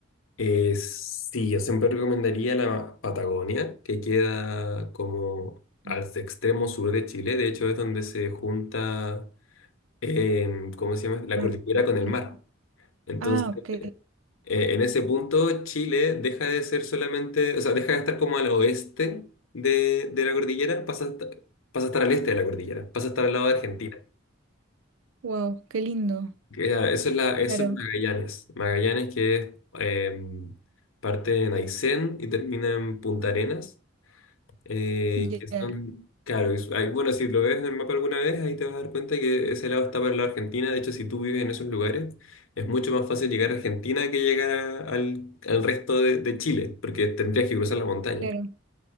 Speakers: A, on the left; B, on the right.
A: Eh, sí, yo siempre recomendaría la Patagonia, que queda como al
B: <laughs>
A: extremo sur de Chile. De hecho, es donde se junta em, ¿cómo se llama? La
B: Claro,
A: cordillera con el
B: ya.
A: mar. Entonces,
B: Ah, ok.
A: eh, en ese punto, Chile deja de ser solamente, o sea, deja de estar como al oeste de, de la cordillera, pasa a, esta- pasa a estar al este de la cordillera, pasa a estar al lado de Argentina.
B: Wow, qué lindo.
A: Que, ah, Eso es la, eso
B: Claro.
A: es Magallanes. Magallanes que es, em, parte en Aysén y termina en Punta Arenas. eh,
B: Ya,
A: que son, claro, es- hay- bueno, si lo ves en el mapa alguna vez, ahí te vas a dar cuenta que ese lado está para la Argentina. De hecho, si tú vives en esos lugares, es mucho más fácil llegar a Argentina que llegar a- al, al resto de, de Chile, porque tendrías que cruzar la montaña.
B: claro,